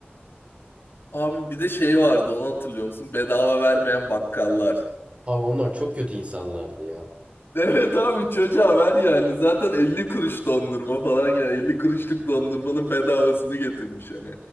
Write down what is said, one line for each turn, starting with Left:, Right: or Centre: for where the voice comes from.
Left: Abi bir de şey vardı onu hatırlıyor musun? Bedava vermeyen bakkallar. <laughs>
Right: Ama onlar çok kötü insanlardı ya.
Left: Evet abi çocuğa ver yani. Zaten 50 kuruş dondurma falan yani 50 kuruşluk dondurmanın bedavasını getirmiş hani.